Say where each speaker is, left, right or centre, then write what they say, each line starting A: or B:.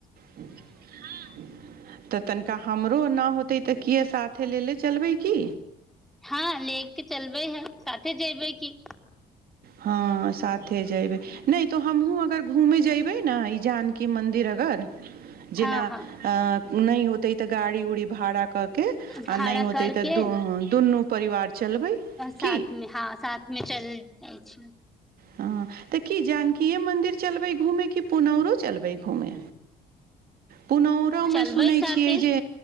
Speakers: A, on the right (about 60°); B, in the centre.
A: हँ तो तनका हमरो ना तै तऽ किए साथे लेले चलबै की
B: हँ ले के चलबै है साथे जेबै की
A: हँ साे नहि त हमहुँ अगर घूमे जेयबे ने ई जान की मन्दिर अगर जेना
B: हँ हँ
A: अ नै होतै तऽ गाड़ी उड़ी भारा कऽ के आ
B: भाड़ा
A: नै होतै
B: करके
A: तऽ दुनु परिवार चलबै
B: साथ
A: की
B: मे हँ साथ मे चल जाइ छी
A: हँ हँ हँ तऽ की जानकीे मंदिर चलबै घूमे कि पुनौरो चलबै घूमे पुनौरोमे
B: चलबै
A: सुनैत
B: साथे
A: छियै जे